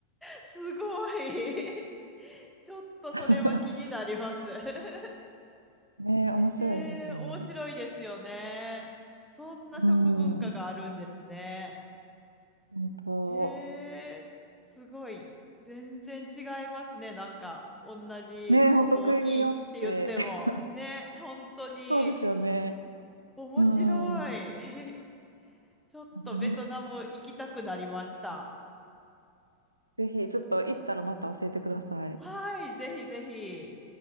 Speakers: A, in the centre; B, on the right (about 85°).
A: すごい <laughs> ちょっとそれは気になります
B: <laughs>
A: <laughs>
B: ね、面白いですよね。
A: へえ面白いですよね。そんな食文化があるんですね。
B: うん、本当。
A: へえすごい全然違いますねなんか同じコーヒーって言ってもね本当に
B: ね、本当国によって、<laughs> そうですよね。
A: 面白い。
B: うん。
A: ちょっとベトナム行きたくなりました。
B: <laughs> ぜひ、ちょっと行ったらまた教えてください。
A: はい、ぜひぜひ。